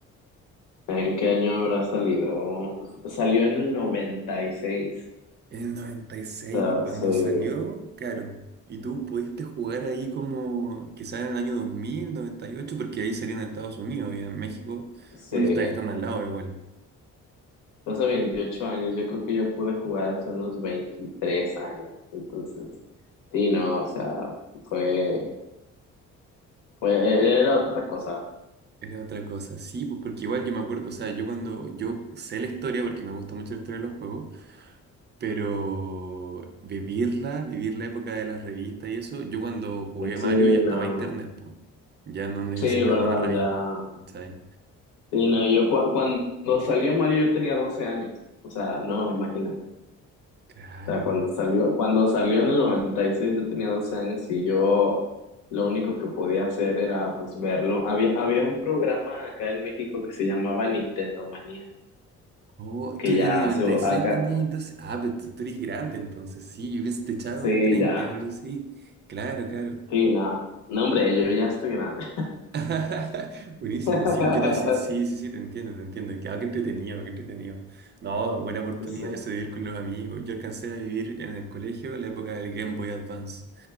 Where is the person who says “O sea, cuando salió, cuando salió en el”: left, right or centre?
Left